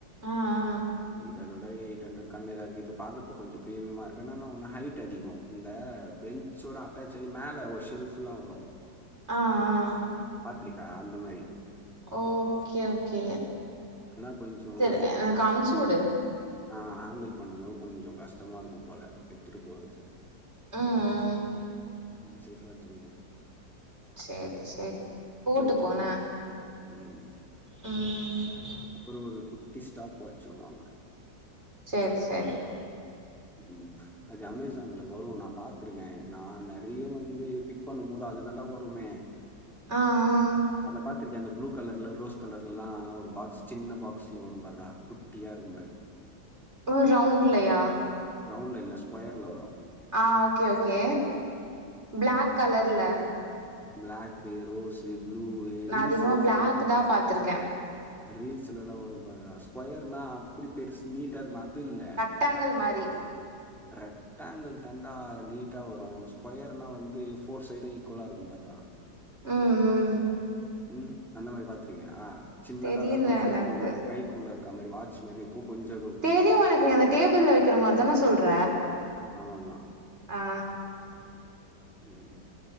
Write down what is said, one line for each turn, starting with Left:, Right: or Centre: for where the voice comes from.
Right: ஆ ஆ
Centre: இ அதோட எயிட் ஹண்ரட் கம்மியாதா இருக்குது இது பாக்கற்துக் கொஞ்சு ப்ரீமியமா இருக்கு ஆனா இன்னா ஒன்னு ஹைட் அதிகோ இந்த பெஞ் சோட அட்டாச்சாயி மேல ஒரு ஷெல்ஃபுல்லா வரு
Right: ஆ ஆ
Centre: த்ரீகா அந்த மாரி
Right: ஓகே ஓகே
Centre: ஆனா கொஞ்சோ
Right: சரி எனக்கு
Centre: ஆக்ட்
Right: அமுச்சு வுடு
Centre: ஆ ஹேண்டல் பண்ணும் போது கொஞ்சோங் கஷ்டமா இருக்கும் போல எட்த்துட்டு போறது
Right: ம் ம்
Centre: சேஃபா எத்துன்போனு
Right: சேரி சேரி போட்டுக்கோண்ண
Centre: ஏ நா ம்
Right: ம்
Centre: அப்புறோ ஒரு குட்டி ஸ்டாப் வாச் ஒண்ணு வாங்குன
Right: சேர் சேரி
Centre: ம் அது அமேசான்ல வரு நா பத்துருக்கே நா நெறிய வந்து பிக் பண்ணும் போது அது தாண்டா வருமே
Right: ஆ ஆ
Centre: அத பாத்திருக்கியா அந்த ப்ளூ கலர்ல ரோஸ் கலர்லல்லா ஒரு பாக்ஸ் சின்ன பாக்ஸ்ல வரு பார்றா குட்டியா இருக்கு பாரு
Right: ஓ ரவுண்ட்லயா
Centre: ரவுண்ட்ல இல்ல ஸ்கொயர்ல வரு
Right: ஆ ஓகே ஓகே ப்ளாக் கலர்ல
Centre: ப்ளாக்கு ரோஸு ப்ளூவு
Right: நா
Centre: ரீல்ஸ்லெல்லா
Right: அதிகமா பிளாக்
Centre: நெறிய வரு
Right: தா பாத்திருக்கே
Centre: ரீல்ஸ்லல்லா வரும் பார்றா ஸ்கொயர்னா அப்டி பெருசு நீட்டா இருக்மே அது இல்ல
Right: ட்டாங்கள் மாரி
Centre: ரெ ட்டேங்கள் தாண்டா நீட்டா வரு ஸ்கொய்ர்னா வந்து ஃபோர் சைடு ஈக்வலா இருக்கும் பார்றா
Right: ம் ம்
Centre: ம் அந்த மாரி பாத்ருக்கியா சின்னதாதா
Right: தெரியல
Centre: இருக்கு கைக்குள்ள
Right: எனக்கு
Centre: கைக்குள்ள இருக் அத் மாரி வாச் மாரி இருக்கு கொஞ்சு இதுவு
Right: தெரியு எனக்கு நீ அந்த டேபிள்ள வெக்கிற மாரி தான சொல்ற
Centre: ஆமா ஆமா
Right: ஆ
Centre: ம்